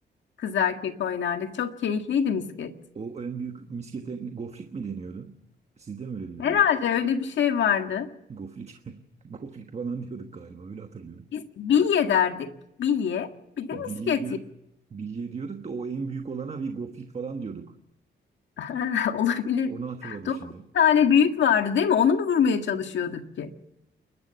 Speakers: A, on the left; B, on the right.
A: Kız erkek oynardık. Çok keyifliydi misket.
B: O en büyük miskete goflik mi deniyordu? Siz de mi öyle diyordunuz?
A: Herhalde öyle bir şey vardı.
B: Goflik. <laughs> Goflik falan diyorduk galiba. Öyle hatırlıyorum.
A: Biz bilye derdik. Bilye. Bir de
B: Bilye
A: misket.
B: diyor, bilye diyorduk da o en büyük olana bir goflik falan diyorduk.
A: <laughs> Olabilir.
B: Onu hatırladım
A: Doğru.
B: şimdi.
A: Bir tane büyük vardı değil mi? Onu mu vurmaya çalışıyorduk ki?